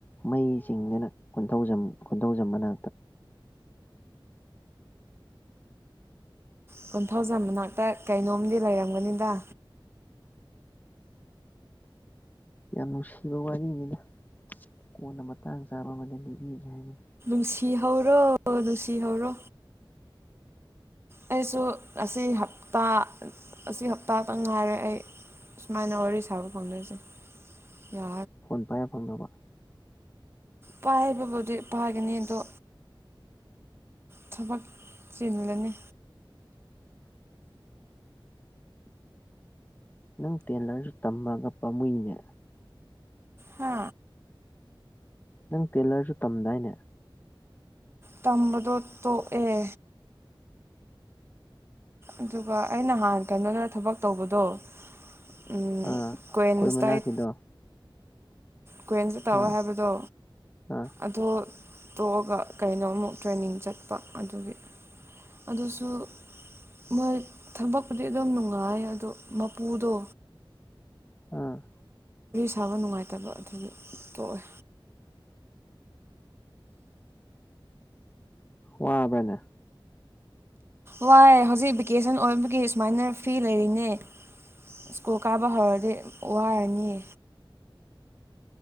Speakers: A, on the left; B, on the right.
A: ꯃꯩꯁꯤꯡꯗꯅ ꯈꯨꯟꯊꯧꯖꯝ ꯈꯨꯟꯊꯧꯖꯝ ꯃꯅ
B: ꯀꯣꯟꯊꯧꯖꯝ ꯃꯅꯥꯛꯇ ꯀꯩꯅꯣꯝꯗꯤ ꯂꯩꯔꯝꯒꯅꯤꯗ
A: ꯌꯥꯝ ꯅꯨꯡꯁꯤꯕ ꯋꯥꯔꯤꯅꯤꯗ ꯀꯣꯟꯅ ꯃꯇꯥꯡ ꯆꯥꯕ ꯑꯃꯗ ꯂꯤꯕꯤꯒꯦ ꯍꯥꯏꯕꯅꯤ
B: ꯅꯨꯡꯁꯤ ꯍꯧꯔꯣ ꯅꯨꯡꯁꯤ ꯍꯧꯔꯣ ꯑꯩꯁꯨ ꯉꯁꯤ ꯍꯞꯇꯥ ꯑꯁꯤ ꯍꯞꯇꯥꯗ ꯉꯥꯏꯔꯦ ꯑꯩ ꯁꯨꯃꯥꯏꯅ ꯋꯥꯔꯤ ꯁꯥꯕ ꯐꯪꯗꯣꯏꯁꯦ ꯌꯥ
A: ꯐꯣꯟ ꯄꯥꯏ ꯐꯪꯗꯧꯕ
B: ꯄꯥꯏꯕꯕꯨꯗꯤ ꯄꯥꯏꯒꯅꯤ ꯑꯗꯣ ꯊꯕꯛ ꯆꯤꯜꯂꯅꯤ
A: <unintelligible> ꯅꯪ ꯇꯦꯂꯔꯁꯨ ꯇꯝꯃꯒ ꯄꯥꯝꯃꯨꯏꯅꯦ
B: ꯍꯥ
A: ꯅꯪ ꯇꯦꯂꯔꯁꯨ ꯇꯝꯗꯥꯏꯅꯦ
B: ꯇꯝꯕꯗꯣ ꯇꯣꯛꯑꯦ ꯑꯗꯨꯒ ꯑꯩꯅ ꯅꯍꯥꯟ ꯀꯩꯅꯣꯗ ꯊꯕꯛ ꯇꯧꯕꯗꯣ ꯑꯝ
A: ꯑꯥ ꯑꯩꯈꯣꯏ
B: ꯀꯣꯏꯟꯁꯇꯠ
A: ꯃꯅꯥꯛꯀꯤꯗꯣ
B: ꯀꯨꯋꯦꯟꯇ ꯇꯧꯋꯦ
A: ꯑꯥ
B: ꯍꯥꯏꯕꯗꯣ
A: ꯑꯥ
B: ꯑꯗꫭ ꯇꯣꯛꯑꯒ ꯀꯩꯅꯣꯃꯨꯛ ꯇ꯭ꯔꯦꯅꯤꯡ ꯆꯠꯄ ꯑꯗꯨꯒꯤ ꯑꯗꯨꯁꯨ ꯃꯣꯏ ꯊꯕꯛꯄꯨꯗꯤ ꯑꯗꯨꯝ ꯅꯨꯡꯉꯥꯏ ꯑꯗꯣ ꯃꯄꯨꯗꯣ
A: ꯑ
B: ꯐꯥꯕ ꯅꯨꯡꯉꯥꯏꯇꯕ ꯑꯗꯨꯒꯤ ꯇꯣꯛꯑꯦ
A: ꯋꯥꯕꯅꯦ
B: ꯋꯥꯏ ꯍꯧꯖꯤꯛ ꯚꯦꯀꯦꯁꯟ ꯑꯣꯏꯕꯒꯤ ꯁꯨꯃꯥꯏꯅ ꯐ‍꯭ꫪꯤ ꯂꯩꯔꯤꯅꯦ ꯁ꯭ꯀꯨꯜ ꯀꯥꯕ ꯍꯧꯔꯗꯤ ꯋꯥꯔꯅꯤ